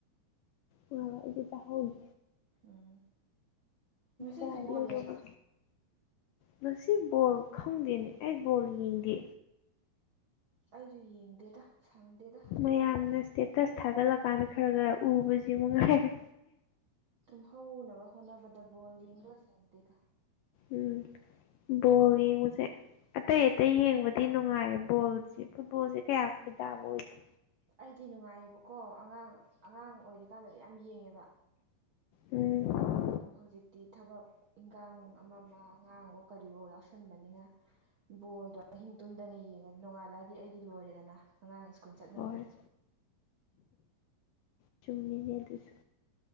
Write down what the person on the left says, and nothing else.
ꯎꯝ ꯑꯩꯁꯨ ꯇꯥꯍꯧꯏ꯫
ꯑꯗꯥꯏ
ꯂꯩꯔꯨꯒꯦ꯫
ꯉꯥꯁꯤ ꯕꯣꯜ ꯈꯪꯗꯦꯅꯦ ꯑꯩ ꯕꯣꯜ ꯌꯦꯡꯗꯦ꯫
ꯃꯌꯥꯝꯅ ꯏꯁꯇꯦꯇꯁ ꯊꯥꯒꯠꯂꯀꯥꯟꯗ ꯈꯔ ꯈꯔ ꯎꯕꯁꯤ ꯅꯨꯡꯉꯥꯏꯔꯦ꯫
ꯎꯝ ꯕꯣꯜ ꯌꯦꯡꯕꯁꯦ꯫ ꯑꯇꯩ ꯑꯇꯩ ꯌꯦꯡꯕꯗꯤ ꯅꯨꯡꯉꯥꯏ ꯕꯣꯜꯁꯤ ꯐꯨꯠꯕꯣꯜꯁꯦ ꯀꯌꯥ ꯈꯣꯏꯗꯥꯕ ꯑꯣꯏꯗꯦ꯫
ꯎꯝ
ꯍꯣꯏ ꯆꯨꯝꯃꯤꯅꯦ ꯑꯗꯨꯁꯨ